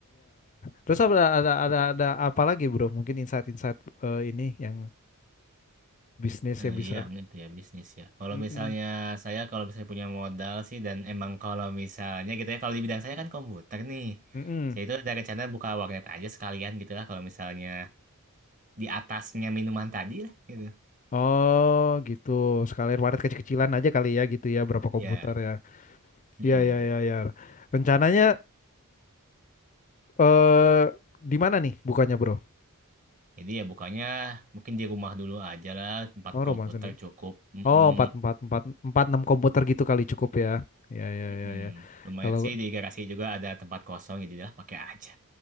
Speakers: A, on the left; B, on the right.
A: Terus apa- ada ada ada, apa lagi, Bro? Mungkin insight-insight eh, ini yang bisnis
B: Eh,
A: yang bisa.
B: iya, itu ya bisnis ya. Kalau
A: Mm-mm.
B: misalnya saya kalau misalnya punya modal sih dan emang kalau misalnya gitu ya kalau di bidang saya kan komputer nih.
A: Mm-mm.
B: Saya itu ada rencana buka warnet aja sekalian gitu lah kalau misalnya di atasnya minuman tadi lah gitu.
A: Oh, gitu. Sekalian waret kecil-kecilan aja kali ya gitu ya, berapa komputer
B: Ya.
A: ya.
B: mm-mm.
A: Iya, iya, iya, ya. Rencananya eh di mana nih bukannya, Bro?
B: Jadi ya bukannya mungkin di rumah dulu aja lah tempat
A: Oh,
B: komputer
A: rumah sendiri.
B: cukup. Mm-mm.
A: Oh, empat empat empat empat enam komputer gitu kali cukup ya. Ya, ya,
B: Mm-mm.
A: ya, ya.
B: Lumayan
A: Kalau
B: sih di garasi juga ada tempat kosong jadi lah pakai aja.